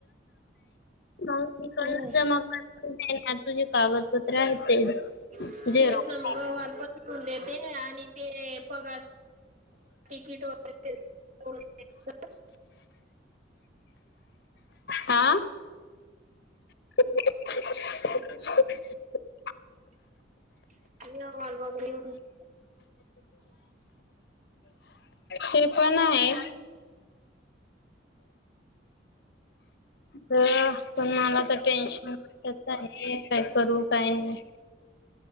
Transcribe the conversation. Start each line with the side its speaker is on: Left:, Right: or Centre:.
Left: मग तिकडून
Right: हम्म
Left: जमा कर. तुझे कागदपत्र आहेत ते
Right: तेच
Left: झेरॉक्स
Right: ना, मग गवार पण घ्यून देते आणि ते पगार तिकीट वगैरे <unintelligible>
Left: हा. <inaudible>
Right: <unintelligible> वालगाव <unintelligible>
Left: ते पण आहेच. बया पण मला तर टेन्शन <unintelligible> आहे. काय करू? काय नाही?